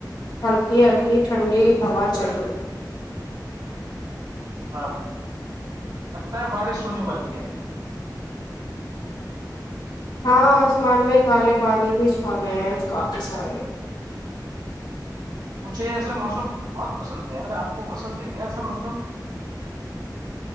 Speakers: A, on the left (about 85°); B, on the right (about 80°).
A: ہلکی ہلکی ٹھنڈی ہوا چل رہی
B: و لگتا ہے بارش ہونے والی ہے
A: ہاں آسمان میں کالے بادل بھی چھا گئے ہیں کافی سارے
B: مجھے ایسا موسم بہت پسند ہے یار آپ کو پسند ہے کیا ایسا موسم